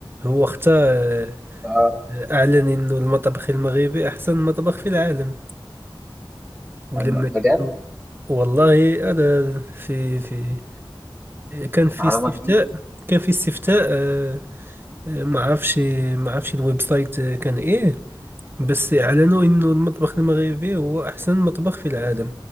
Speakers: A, on the right; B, in the centre.
A: هو اختار
B: آه
A: آه، اعلن انه المطبخ المغربي احسن مطبخ في العالم ولما
B: أما- بجد
A: والله انا في في كان في
B: معلومة
A: استفتاء
B: جديدة
A: كان في استفتاء آه، آه، ما عرفش ما عرفش الويب سايت آه، كان ايه بس اعلنوا انه المطبخ المغربي هو احسن مطبخ في العالم